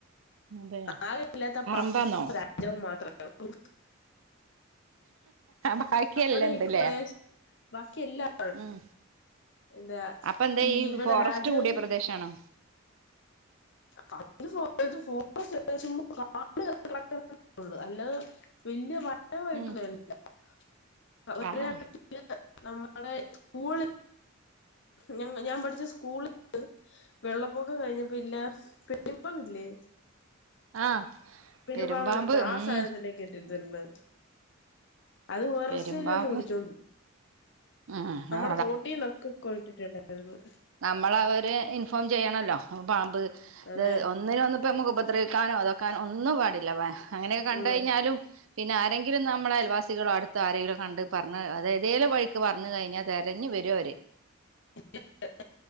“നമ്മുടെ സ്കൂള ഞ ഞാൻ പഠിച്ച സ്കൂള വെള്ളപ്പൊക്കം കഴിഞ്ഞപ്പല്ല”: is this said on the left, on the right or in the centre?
Left